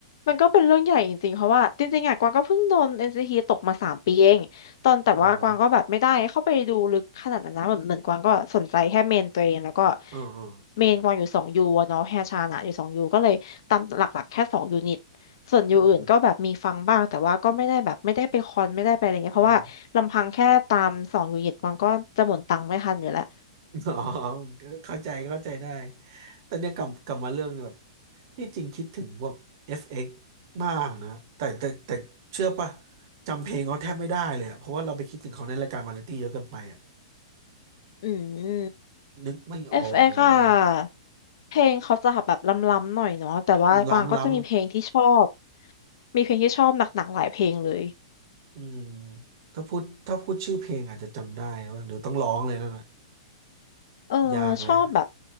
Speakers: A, on the left (about 50°); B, on the right (about 45°).
A: มันก็เป็นเรื่องใหญ่จริงๆเพราะว่าจริงๆอ่ะกวางก็เพิ่งโดน NCT ตกมาสามปีเองตอนแต่ว่ากวางก็แบบไม่ได้เข้าไปดูลึกขนาดนั้นนะเหมือนเหมือนกวางก็สนใจแค่เมนตัวเองแล้วก็
B: อ๋อเหรอเออเออ
A: เมนกวางอยู่สองยูอะเนาะแฮชานะอยู่สองยูก็เลยตามหลักๆแค่สองยูนิตส่วนยูอื่นก็แบบมีฟังบ้างแต่ว่าก็ไม่ได้แบบไม่ได้ไปคอนไม่ได้ไปอะไรเงี้ยเพราะว่าลำพังแค่ตามสองยูนิตกวางก็จะหมดตังค์ไม่ทันอยู่แล้ว
B: อืมอืม อ๋อเข้าใจเข้าใจได้แต่เนี่ยกลับกลับมาเรื่องแบบที่จริงคิดถึงพวก FX มากนะแต่แต่แต่เชื่อปะจำเพลงเขาแทบไม่ได้เลยอะเพราะว่าเราไปคิดถึงเขาในรายการวาไรตี้เยอะเกินไปอะ
A: อืม
B: นึกไม่ออกเลย
A: FX อ่ะเพลงเขาจะแบบล้ำๆหน่อยเนาะแต่ว่ากวางก็จะมีเพลงที่ชอบ
B: ล้ำล้
A: มีเพลงที่ชอบหนักๆหลายเพลงเลย
B: ำอืมถ้าพูดถ้าพูดชื่อเพลงอาจจะจำได้ว่าเดี๋ยวต้องร้องเลยนั่นแหละ
A: เออชอบแบบ
B: ยากแล้ว